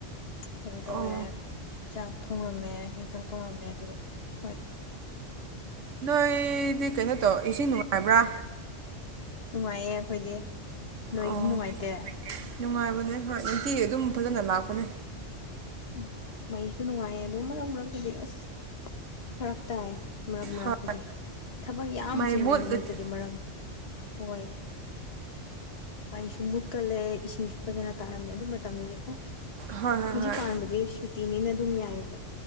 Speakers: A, on the left (about 55°); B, on the right (about 85°).
A: ꯀꯩꯅꯣ ꯇꯧꯋꯦ
B: ꯑꯣ
A: ꯆꯥꯛ ꯊꯣꯡꯔꯝꯃꯦ ꯏꯟꯁꯥꯡ ꯊꯣꯡꯔꯝꯃꯦ ꯑꯗꯨꯒ ꯍꯣꯏ
B: ꯅꯣꯏꯗꯤ ꯀꯩꯅꯣ ꯇꯧ ꯏꯁꯤꯡ ꯅꯨꯡꯉꯥꯏꯕ꯭ꯔꯥ
A: ꯅꯨꯡꯉꯥꯏꯌꯦ ꯑꯩꯈꯣꯏꯗꯤ ꯅꯣꯏꯗꯤ
B: ꯑꯣ
A: ꯅꯨꯡꯉꯥꯏꯇꯦ
B: ꯅꯨꯡꯉꯥꯏꯕꯅꯦ ꯍꯣꯏ ꯅꯨꯡꯇꯤꯒꯤ ꯑꯗꯨꯝ ꯐꯖꯟꯅ ꯂꯥꯛꯄꯅꯦ
A: ꯎꯝ ꯃꯩꯁꯨ ꯅꯨꯡꯉꯥꯏꯌꯦ ꯑꯗꯨ ꯃꯔꯛ ꯃꯔꯛꯇꯗꯤ ꯑꯁ ꯐꯔꯛ ꯇꯥꯏ ꯃꯔꯛ ꯃꯔꯛꯇꯗꯤ
B: ꯍꯣꯏ
A: ꯊꯕꯛ ꯌꯥꯝ
B: ꯃꯩ
A: ꯆꯤꯟꯕ
B: ꯃꯨꯠꯂꯗꯤ
A: ꯅꯨꯃꯤꯠꯇꯗꯤ ꯃꯔꯛ ꯍꯣꯏ ꯃꯥꯏꯁꯨ ꯃꯨꯠꯀꯜꯂꯦ ꯏꯁꯤꯡꯁꯨ ꯐꯖꯅ ꯇꯥꯔꯝꯗꯦ ꯑꯗꯨ ꯃꯇꯥꯝꯗꯗꯤ ꯑꯣ
B: ꯍꯣꯏ ꯍꯣꯏ
A: ꯍꯧꯖꯤꯛꯀꯥꯟꯕꯨꯗꯤ
B: ꯍꯣꯏ
A: ꯁꯨꯇꯤꯅꯤꯅ ꯑꯗꯨꯝ ꯌꯥꯏꯌꯦꯕ